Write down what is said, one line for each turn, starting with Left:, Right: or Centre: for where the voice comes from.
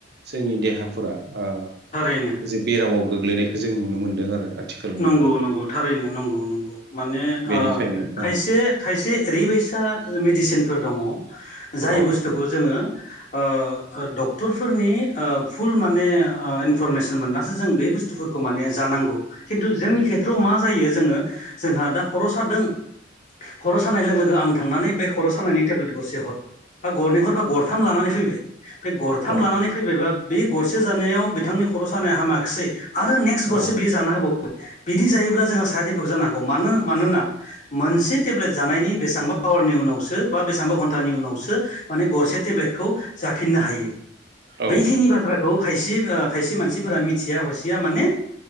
Right: जोंनि देहाफोरा ओ
Left: थारैनो
Right: जे बेरामाव गोग्लैनायखौ जों नुनो मोनदों आरो। आथिखालनि
Left: नंगौ
Right: जुगाव
Left: नंगौ थारैनो नंगौ नंगौ माने
Right: बेनिखायनो
Left: खायसे
Right: औ
Left: खायसे ओरैबाय सा मेडिसिनफोर दंङ जाय
Right: औ
Left: बुस्थुखौ जोङो ओ डक्टरफोरनि ओ फुल माने ओ इनफरमेसन मोननासो जों बे बुस्थुफोरखौ माने जानांगौ खिन्थु जोंनि खेथ्रआव मा जायो जोङो जोंहा दा खर' सादों खर' सानाय लोगो लोगो आं थांनानै बे खर' सानायनि टेब्लेट गरसे हर बा गरनैहर बा गरथाम लानानै फैबाय बे गरथाम
Right: औ
Left: लानानै फैबायबा बे गरसे जानायाव बिथांनि खर' सानाया हामाखिसै आरो नेक्स्ट
Right: औ
Left: गरसे बियो जाना होबाय बिदि जायोब्ला जोंहा साइड इफेक्ट जानो हागौ मानो मानोना मोनसे टेब्लेट जानायनि बेसेबांबा आवारनि उनावसो बा बेसेबांबा घन्टानि उनावसो माने गरसे टेब्लेटखौ जाफिननो हायो। बैखिनि
Right: औ
Left: बाथ्राखौ खायसे खायसे मानसिफोरा मिथिया हसिया माने